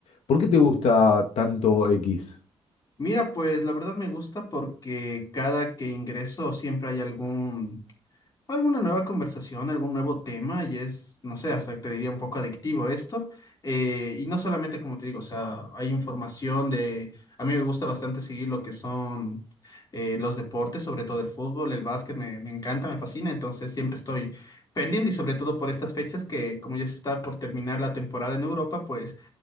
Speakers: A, on the left (about 75°); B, on the left (about 40°).
A: ¿Por qué te gusta tanto X?
B: Mira, pues la verdad me gusta porque cada que ingreso siempre hay algún alguna nueva conversación, algún nuevo tema y es, no sé, hasta te diría un poco adictivo esto. Eh, y no solamente, como te digo, o sea, hay información de, a mí me gusta bastante seguir lo que son eh, los deportes, sobre todo el fútbol, el básquet, me, me encanta, me fascina, entonces siempre estoy pendiente y sobre todo por estas fechas que como ya se está por terminar la temporada en Europa, pues